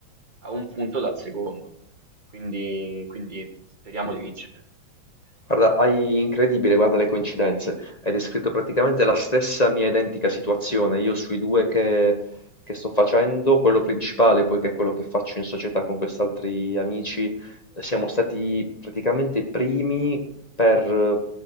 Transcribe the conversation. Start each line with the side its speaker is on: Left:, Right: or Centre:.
Right: a un punto dal secondo, quindi, quindi speriamo di vincere.
Left: guarda, hai incredibile, guarda le coincidenze. Hai descritto praticamente la stessa mia identica situazione. Io sui due che, che sto facendo, quello principale, poi che è quello che faccio in società con quest'altri amici, eh, siamo stati praticamente i primi per, eh,